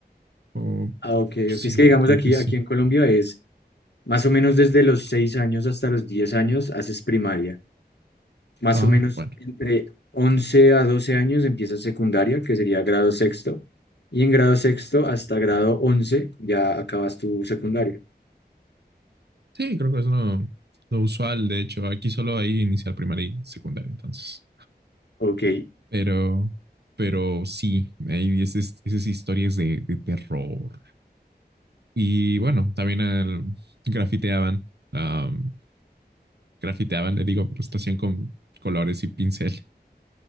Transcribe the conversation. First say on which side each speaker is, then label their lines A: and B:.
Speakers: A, on the right (about 75°); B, on the left (about 80°).
A: O
B: Ah, ok,
A: sí,
B: ok. Es que digamos
A: creo
B: aquí,
A: que sí.
B: aquí en Colombia es más o menos desde los 6 años hasta los 10 años haces primaria. Más
A: Ah,
B: o menos
A: bueno.
B: entre 11 a 12 años empieza secundaria, que sería grado sexto, y en grado sexto hasta grado 11 ya acabas tu secundaria.
A: Sí, creo que es lo, lo usual, de hecho. Aquí solo hay inicial primaria y secundaria, entonces.
B: Ok,
A: Pero, pero sí, hay esas, esas historias de, de terror. Y bueno, también el- grafiteaban. ah, grafiteaban, le digo, pues lo hacían con colores y pincel.